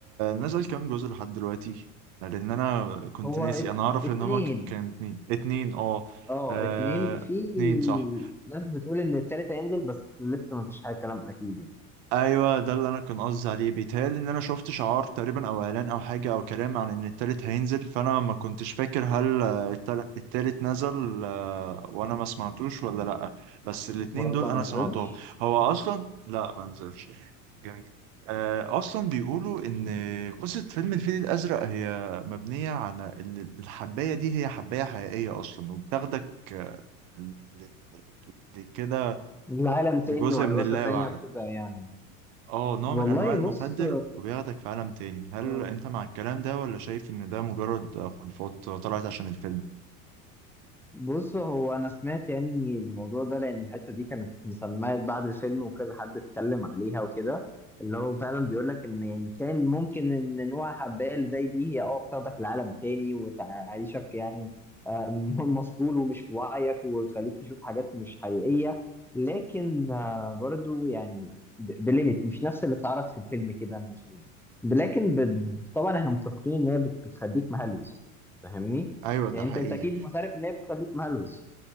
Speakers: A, on the right; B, in the centre.
A: نزل كام جزء لحد دلوقتي لان انا كنت
B: هو
A: ناسي
B: ات...
A: انا اعرف
B: اتنين
A: ان هما ك- كان اتنين اتنين اه
B: اه
A: آه،
B: اتنين في
A: اتنين صح
B: ناس بتقول ان التالت هينزل بس لسه ما فيش حاجه كلام اكيد يعني
A: ايوه ده اللي انا كنت قصدي عليه بيتهيألي ان انا شفت شعار تقريبا او اعلان او حاجه او كلام عن ان التالت هينزل فانا ما كنتش فاكر هل آه، التل- التالت نزل آه، وانا ما سمعتوش ولا لا بس الاتنين
B: والله
A: دول
B: ما
A: انا
B: نزلش
A: سمعتهم هو اصلا لا ما نزلش جميل آه، اصلا بيقولوا ان قصه فيلم الفيل الازرق هي مبنيه على ان الحبايه دي هي حبايه حقيقيه اصلا وبتاخدك آه، ل- ل- لكده
B: العالم تاني
A: لجزء
B: وهلوسة
A: من اللاوعي
B: تانية وكده يعني
A: اه نوع
B: والله
A: من انواع المخدر
B: بص
A: وبياخدك في عالم تاني هل
B: اه
A: انت مع الكلام ده ولا شايف ان ده مجرد خرافات طلعت عشان الفيلم
B: بص هو انا سمعت يعني الموضوع ده لان الحته دي كانت مسميه بعد الفيلم وكذا حد اتكلم عليها وكده اللي هو فعلا بيقول لك ان يعني كان ممكن ان نوع حبايه اللي زي دي هي اه بتاخدك لعالم تاني وتعيشك يعني آم، <laughs> مسطول ومش في وعيك وتخليك تشوف حاجات مش حقيقيه لكن آه، برضو يعني ب- بليميت مش نفس اللي اتعرض في الفيلم كده مش لكن ب- طبعا احنا متفقين ان هي بت- بتخليك مهلوس فاهمني
A: ايوه ده
B: يعني
A: حقيقي
B: انت انت اكيد معترف ان هي بتخليك مهلوس